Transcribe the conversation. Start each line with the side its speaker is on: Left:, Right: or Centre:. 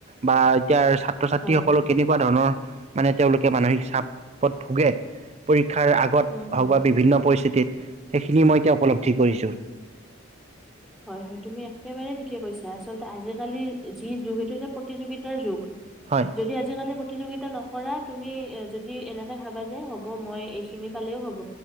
Right: বা এতিয়াৰ ছাত্ৰ-ছাত্ৰীসকল
Centre: হয়
Right: কেনেকুৱা ধৰণৰ মানে তেওঁলোকে মানসিক চাপত ভোগে। পৰী ক্ষাৰ আগত
Centre: হম হম
Right: হওঁক বা বিভিন্ন পৰি স্থিতিত সেইখিনি মই এতিয়া উপলব্ধি কৰিছোঁ।
Centre: উম হয়, হয়! তুমি একেবাৰে ঠিকে কৈছা। আচলতে, আজিকালি যি যুগ এইটো যে প্ৰতিযোগিতাৰ যুগ।
Right: হয়
Centre: যদি আজিকালি, প্ৰতিযোগিতা নকৰা। তুমি যদি, এনেকে ভাবা যে, হ'ব, মই এইখিনি পালেও হ'ব,